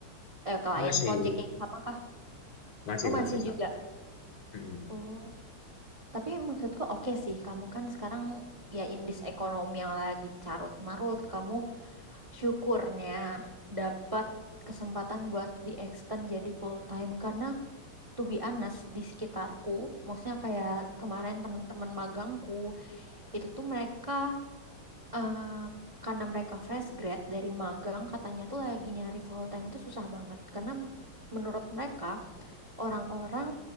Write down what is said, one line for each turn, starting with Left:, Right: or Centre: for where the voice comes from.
Right: Eh, klien
Left: Masih,
Right: project yang sama kah?
Left: masih,
Right: Oh, masih
Left: masih sama.
Right: juga.
Left: Mm-mm.
Right: Oh, tapi maksudku oke sih. Kamu kan sekarang ya in this ekonomi yang lagi carut marut, kamu syukurnya dapat kesempatan buat di extend jadi full time karena to be honest di sekitarku, maksudnya kayak kemarin teman-teman magangku, itu tuh mereka eh karena mereka fresh grad dari magang katanya tuh lagi nyari full time itu susah banget karena m- menurut mereka orang-orang